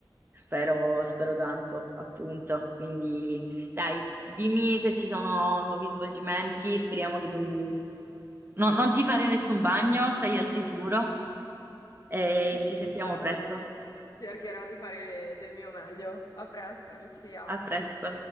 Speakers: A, on the right; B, on the left.
A: Spero, spero tanto, appunto. Quindi, dai, dimmi se ci sono nuovi svolgimenti. Speriamo che tu no- non ti fare nessun bagno, stai al sicuro e
B: <laughs>
A: ci sentiamo
B: Certo,
A: presto.
B: cercherò di fare del mio meglio. A presto, Lucia.
A: A presto.